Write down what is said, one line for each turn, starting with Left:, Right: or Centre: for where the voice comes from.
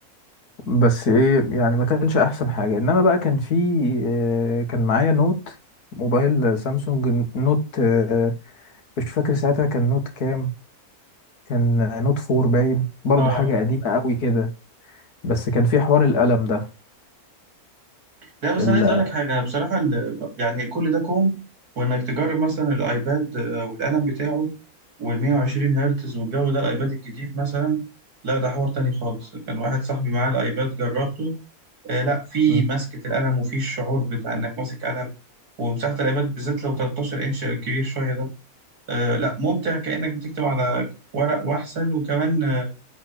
Left: بس ايه يعني ما كانش احسن حاجه انما بقى كان في آه، كان معايا نوت موبايل سامسونج نوت آه، مش فاكر ساعتها كان نوت كام كان نوت فور باين برضو
Right: اه
Left: حاجه
Right: آه
Left: قديمه قوي كده بس كان في حوار القلم ده
Right: لا بس
Left: ال...
Right: انا عايز اقول لك حاجه بصراحه ال- يعني كل ده كوم وانك تجرب مثلا الايباد آه، والقلم بتاعه وال 120 هرتز والجو ده الايباد الجديد مثلا لا ده حوار تاني خالص كان واحد صاحبي معاه الايباد جربته آه، لا في
Left: م.
Right: مسكه القلم وفي الشعور بتاع انك ماسك قلم ومساحه الايباد بالذات لو 13 انش كبير شويه ده آه، لا ممتع كانك بتكتب على ورق واحسن وكمان آه،